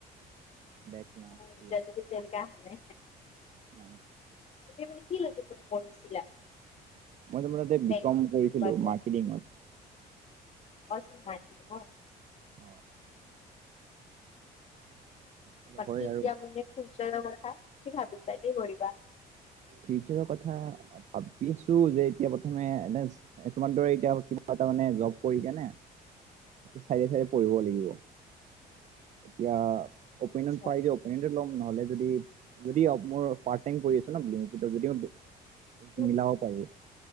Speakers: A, on the right (about 45°); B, on the left (about 40°).
A: বেক নাই
B: উ
A: ইয়াতে
B: য তেনেক নে
A: নাই।
B: তুমি মানে কি লৈ গিনে পঢ়িছিলা।
A: মই তোমাৰ তাতে
B: বেংকিং
A: বিকম কৰিছিলো
B: বা
A: মাৰ্কেটিঙত।
B: <unintelligible>
A: অ অলপ
B: বাকী
A: হয় আৰু
B: দিয়া মানে ফিউচাৰৰ কথা কি ভাবিছা কি কৰিবা?
A: ফিউচাৰৰ কথা ভাবি আছো যে এতিয়া প্ৰথমে এ তোমাৰ দৰে এতিয়া কিবা এটা মানে জব কৰি কেনে চাৰিয়ে চাৰিয়ে পঢ়িব লাগিব। এতিয়া অপিনিয়ন
B: আচ্ছা
A: পাই যে নহ'লে যদি যদি পাৰ্ট টাইম কৰি লিংকিতত যদি মই যদি
B: উম
A: মিলাব
B: উম
A: পাৰো